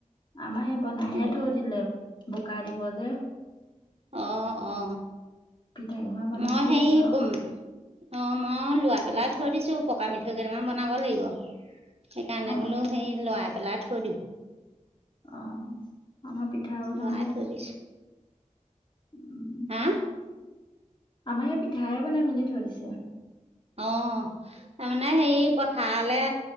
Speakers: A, on the left (about 35°); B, on the right (about 50°).
A: আমাৰ এই বনাইহে
B: সেইটো
A: থৈ দিলে বোকা দিব যে।
B: অহ অ।
A: পিঠা কেইটামান বনাই
B: মই
A: থৈ
B: সেই
A: দিছে আৰু
B: উম। অ মই লোৱাই পেলাই থৈ দিছো, পকা মিঠৈ কেইটামান বনাব লাগিব। সেইকাৰণে
A: অ
B: বোলো সেই লৰাই পেলাই থৈ দিওঁ।
A: আহ, আমাৰ পিঠা স বনালে।
B: লৰাই থৈ দিছোঁ
A: উম
B: হা
A: আমাৰ ইয়াত পিঠাই বনাই মেলি থৈ দিছে।
B: অ তাৰ মানে হেৰি পথাৰলৈ